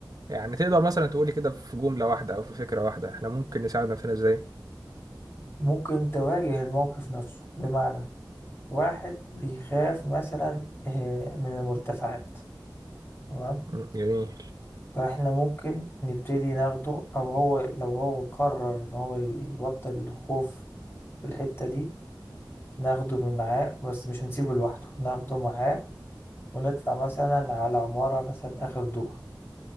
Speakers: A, on the right (about 50°); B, on the left (about 30°).
A: يعني تقدر مثلا تقولي كده في جملة واحدة او في فكرة واحدة احنا ممكن نساعد نفسنا ازاي
B: ممكن تواجه الموقف نفسه بمعنى واحد بيخاف مثلا آه، من المرتفعات تمام
A: مم، جميل
B: فاحنا ممكن نبتدي ناخده او هو لو هو قرر ان هو يبطل الخوف في الحتة دي ناخده من معاه بس مش هنسيبه لوحده ناخده معاه ونطلع مثلا على عمارة مثلا اخر دور